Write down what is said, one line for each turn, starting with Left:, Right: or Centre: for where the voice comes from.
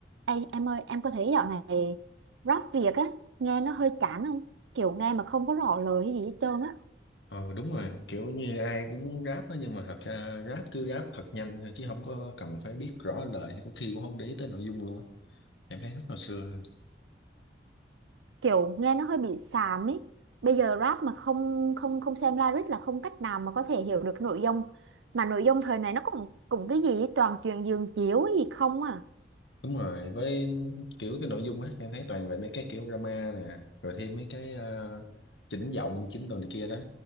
Right: Ê, em ơi, em có thấy dạo này rap Việt á, nghe nó hơi chán không? Kiểu nghe mà không có rõ lời hay gì hết trơn á.
Left: Ờ đúng rồi, kiểu như ai cũng muốn rap á nhưng mà thật ra rap cứ rap thật nhanh thôi chứ không có cần phải biết rõ lời hay có khi cũng không để ý tới nội dung luôn á. Em thấy thích hồi xưa hơn.
Right: Kiểu nghe nó hơi bị xàm ấy. Bây giờ rap mà không không không xem lyric là không cách nào mà có thể hiểu được nội dung. Mà nội dung thời này nó cũng cũng cái gì ấy, toàn chuyện giường chiếu ấy gì không à.
Left: Đúng rồi, với kiểu cái nội dung á em thấy toàn về mấy cái kiểu drama nè, rồi thêm mấy cái ờ, chỉnh giọng, chỉnh đồ này kia đó,